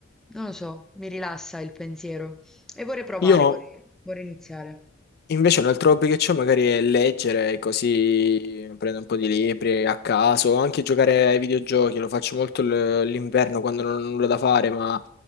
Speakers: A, in the centre; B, on the left.
A: non lo so, mi rilassa il pensiero e vorrei provare,
B: Io
A: vorrei vorrei iniziare.
B: Invece un altro hobby che ho magari è leggere, così prendo un po' di libri a caso, o anche giocare ai videogiochi, lo faccio molto l- l'inverno quando non ho nulla da fare, ma